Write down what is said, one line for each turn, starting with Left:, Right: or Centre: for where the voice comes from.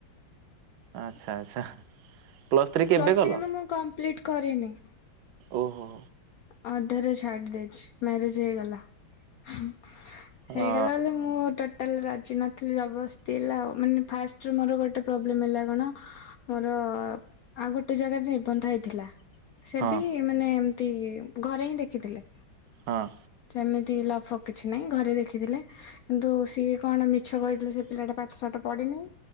Right: ଆଚ୍ଛା ଆଚ୍ଛା। ପ୍ଲସ୍ କେବେ
Left: ପ୍ଲସ୍
Right: କଲ?
Left: ଥ୍ରୀ କିନ୍ତୁ ମୁଁ କମ୍ପ୍ଲିଟ୍ କରିନି।
Right: ଓହୋ।
Left: ଅଧାରେ ଛାଡି ଦେଇଚି ମ୍ୟାରେଜ ହେଇଗଲା। ହଁ ହେଇଗଲା
Right: ହଁ
Left: ବୋଲି ମୁଁ ଟୋ ଟାଲ ରାଜି ନଥିଲି ଜବସ୍ତି ହେଲା ଆଉ। ମାନେ ଫାଷ୍ଟରେ ମୋର ଗୋଟେ ପ୍ରୋବ୍ଲେମ ହେଲା କଣ ମୋର ଆଉ ଗୋଟେ ଜାଗାରେ ନିର୍ବନ୍ଧ ହେଇଥିଲା। ସେ
Right: ହଁ
Left: ବି ମାନେ ଏମତି ଘରେ ହିଁ ଦେଖିଥିଲେ।
Right: ହଁ।
Left: ସେମିତି ଲଭ ଫବ କିଛି ନାହିଁ ଘରେ ଦେଖିଥିଲେ। କିନ୍ତୁ ସିଏ କଣ ମିଛ କହିଥିଲେ, ସେ ପିଲାଟା ପାଠ ସାଠ ପଡିିନାଇଁ।